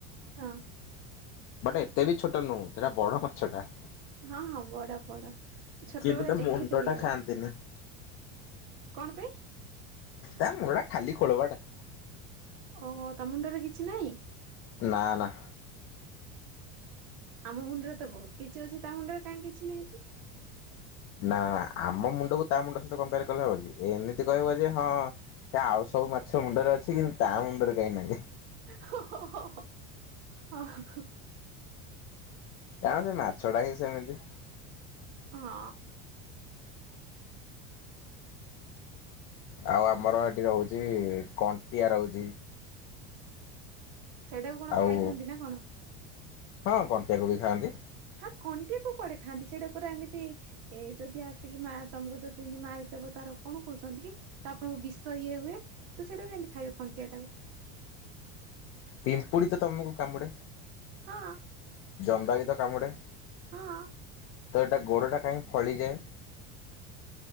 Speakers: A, on the right (about 75°); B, on the left (about 40°).
A: ହଁ।
B: ବଟ୍ ଏତେ ବି ଛୋଟ ନୁହଁ ସେଇଟା ବଡ ମାଛ ଟା।
A: ହଁ ହଁ ବଡ ବଡ ଛୋଟବେଳେ
B: କିନ୍ତୁ ତା
A: ଦେଖିଥିଲି
B: ମୁଣ୍ଡଟା
A: ବୋଧେ।
B: ଖାଆନ୍ତିନି
A: କଣ ପାଇଁ?
B: ତା ମୁଣ୍ଡ ଖାଲି ଖୋଳପାଟା।
A: ଓହୋ ତା ମୁଣ୍ଡରେ କିଛି ନାହିଁ।
B: ନା ନା।
A: ଆମ ମୁଣ୍ଡରେ ତ ବହୁତ କିଛି ଅଛି ତା ମୁଣ୍ଡରେ କାହିଁ କିଛି ନାହିଁ ଯେ?
B: ନା ନା ଆମ ମୁଣ୍ଡକୁ ତା ମୁଣ୍ଡ ସହିତ କମ୍ପେଆର କଲେ ହବ କି ଏମିତି କହିବ ଯେ ହଁ ସେ ଆଉ ସବୁ ମାଛ ମୁଣ୍ଡରେ ଅଛି କିନ୍ତୁ ତା ମୁଣ୍ଡରେ କାହିଁ ନାହିଁ।
A: ହୋ ହୋ ହୋ ଉଁ ହଁ।
B: କାରଣ ସେ ମାଛ ଟା ହିଁ ସେମିତି।
A: ହଁ।
B: ଆଉ ଆମର ଏଠି ରହୁଚି କଣ୍ଟିଆ ରଉଚି।
A: ସେଇଟାକୁ କଣ
B: ଆଉ
A: ଖାଇଥାଆନ୍ତି ନା କଣ?
B: ହଁ କଣ୍ଟିଆ କୁ ବି ଖାଆନ୍ତି।
A: ହାକ୍ କଣ୍ଟିଆ କୁ କୁଆଡେ ଖାଆନ୍ତି ସେଇଟା ପୁରା ଏମିତି ଏଇ ଯଦି ଆସିକି ମା ତମକୁ ଯଦି ଏମିତି ମାରିଦେବ ତାର କଣ କହୁଛନ୍ତି କି? ତ ଆପଣଙ୍କୁ ବିଷ ଇଏ ହୁଏ ତ ସେଇଟା କେମିତି ଖାଇବେ କଣ୍ଟିଆ ଟାକୁ।
B: ପିମ୍ପୁଡି ତ ତମକୁ କାମୁଡେ?
A: ହଁ।
B: ଜନ୍ଦା ବି ତ କାମୁଡେ?
A: ହଁ।
B: ତ ଏଟା ଗୋଡ଼ଟା କାହିଁ ଫଳିଯାଏ?